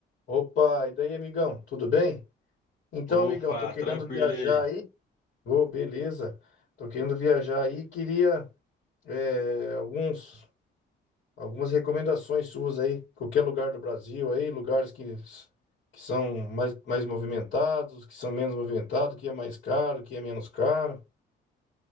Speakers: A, on the left; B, on the left.
A: Opa, e daí, amigão? Tudo bem? Então,
B: Opa,
A: amigão, tô querendo
B: tranquilo
A: viajar
B: e aí.
A: aí. Ô, beleza. Tô querendo viajar aí. e Queria é, alguns, algumas recomendações suas aí. Qualquer lugar do Brasil aí, lugares que, que são mais, mais movimentados, que são menos movimentados, que é mais caro, que é menos caro.